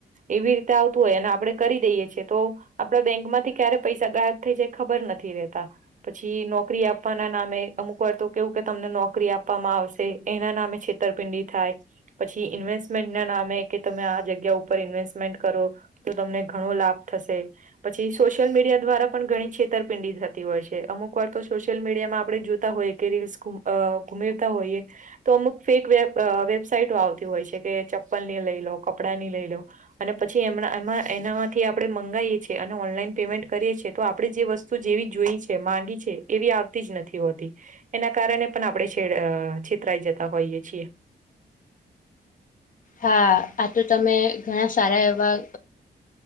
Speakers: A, on the right; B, on the left.
A: એવી રીતે આવતું હોય અને આપડણે કરી દઈએ છીએ, તો આપડા બેંકમાંથી ક્યારે પૈસા ગાયબ થઈ જાય ખબર નથી રહેતા. પછી નોકરી આપવાના નામે અમુક વાર તો કેવું કે તમને નોકરી આપવામાં આવશે, એના નામે છે. ઉત્તરપિંડી થાય, પછી ઇન્વેસ્ટમેન્ટના નામે કે, તમે આ જગ્યા ઉપર ઇન્વેસ્ટમેન્ટ કરો. તો તમને ઘણો લાભ થશે, પછી સોશિયલ મીડિયા દ્વારા પણ ઘણી છેતરપિંડી થતી હોય છે. અમુક વાર તો સોશિયલ મીડિયામાં આપણે જોતા હોઈએ કે, રીલ્સ ગુમેવતા હોઈએ. તો અમુક ફેક વેબસાઈટો આવતી હોય છે, કે ચપ્પલની લઈ લો, કપડાં ની લઈ લો. અને પછી, એમ એમાં એનામાંથી આપણેે મંગાવીએ છીએ અને ઓનલાઈન પેમેન્ટ કરીએ છીએ, તો આપણે જે વસ્તુ શું જેવી જોઈ છે, માંગી છે, એવી આવતી જ નથી હોતી. એના કારણે પણ આપણે છેડ છેતરાઈ જતા હોઈએ છીએ.
B: હા, આ તો તમે ઘણા સારા એવા.